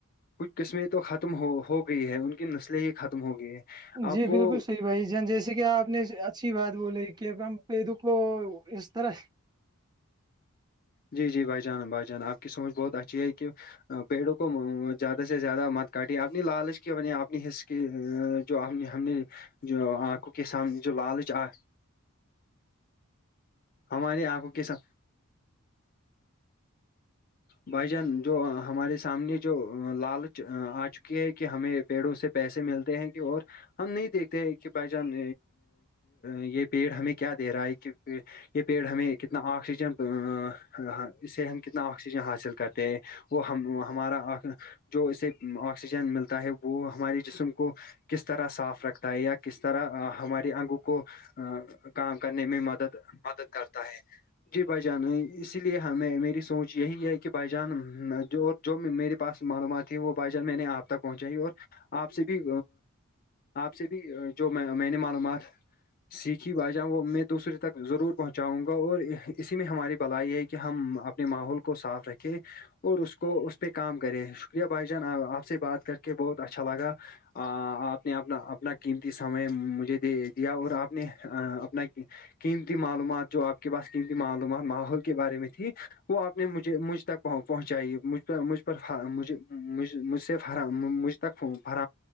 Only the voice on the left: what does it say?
کچھ قسمیں تو ختم ہو ہو گئی ہے ان کی نسلیں ہی ختم ہو گئی ہے اب
وہ
جی جی بھائی جان بھائی جان آ کی سوچ بہت اچھی ہے کہ پیڑوں کو زیادہ سے زیادہ مت کاٹ اپنی لالچ کی بنی اپنی حس کی جو ہم ہم نے جو آ کے سام جو لالچ آ ہماری آنکھوں کے سام بھائی جان جو ہمارے سامنے جو لالچ آ چکی ہے کہ ہمیں پیڑوں سے پیسے ملتے ہیں کہ اور ہم نہیں دیکھتے کہ بھائی جان یہ پیڑ ہمیں کیا دے رہا ہے کہ یہ پیڑ ہمیں کتنا آکسیجن اس سے ہم کتنا آکسی آکسیجن حاصل کرتے ہیں وہ ہم ہمارا جو اسے آکسیجن ملتا ہے وہ ہمارے جسم کو کس طرح صاف رکھتا ہے یا کس طرح ہماراری انگوں کو ا کام کرنے میں مدد مدد کرتا ہے جی بھ جان اس لیے ہم میری سوچ یہی ہے کہ بائی جان جو میرے پاس معلومات ہیں وہ بائی جان میں نے آپ تک پہنچائی اور آپ سے بھی آپ سے بھی جو میں میں نے معلومات سیکھی با جاں وہ میں دوسرے تک ضرور پہنچاؤں گا اور اسی میں ہماری بلائی یہ ہے کہ ہم اپنے ماحول کو کو صاف رکھے اور اس کو اس پہ کام کرے شکریہ بھائی جان آپ سے بات کر کے کہ بہت اچھا لگاپ نے اپنا اپنا قیمتی سمے مجھے دے دیا اور آپ نے اپنا قیمتی معلومات جو آپ کے پاس قیمتی معلومات ماحول کے بارے میں تھی وہ آپ نہیں مجھے مجھ تک پہن پہنچائیے مجھ پر مجھ پر مجھے مجھ مجھ سے فراہجھ تک فون فر